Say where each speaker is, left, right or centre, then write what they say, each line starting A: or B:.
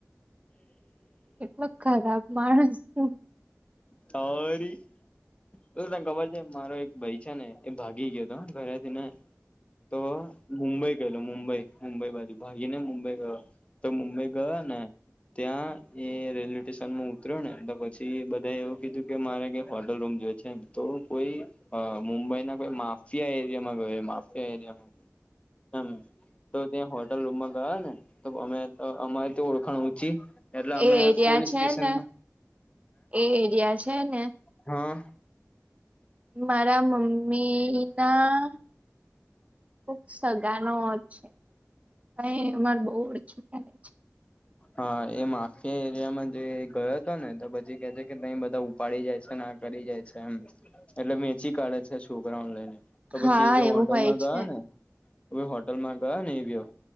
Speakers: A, on the right; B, on the left.
A: કેટલો ખરાબ માણસ છું.
B: તો વરી! ઓ તને ખબર છે મારો એક ભાઈ છે ને એ ભાગી ગ્યો તો હન ઘરેથી ને તો મુંબઈ ગયલો મુંબઈ. મુંબઈબાજુ ભાગીને મુંબઈ ગયો. તો મુંબઈ ગયો ને ત્યાં એ રેલવે ટેશનમાં ઉતર્યોને એટલે પછી બ ત્યાં એવું કીધું કે મારે કઈ હોટલ રૂમ જોયે છે એમ તો કોઈ અઅ મુંબઈના કોઈ માફિયા એરિયામાં ગયો એ માફિયા એરિયામાં એમ તો ત્યાં હોટલ રૂમમાં ગયો ને તો અમે તો અમારી તો ઓળખાણ ઊંચી એટલે અમે
A: એ એરિયા
B: પોલીસ
A: છે
B: સ્ટેશનમાં
A: ને, એ એરિયા છે ને
B: હન.
A: મારા મમ્મી ના કોક સગાનો જ તઈ અમારે બોવ ઓળખીતા છે.
B: હા એ માફિયા એરિયામાં જે ગયો તો ને તો પછી કે છે કે તઈ બધા ઉપાડી જાય છે ન આ કરી જાય છે એમ. એટલે વેચી કાઢે છે છોકરાઓન લઈને. તો
A: હા
B: પછી એવે
A: એવું
B: હોટેલમાં
A: હોય
B: ગયો
A: છે
B: ને તો પહી હોટલમાં ગયો ને એવયો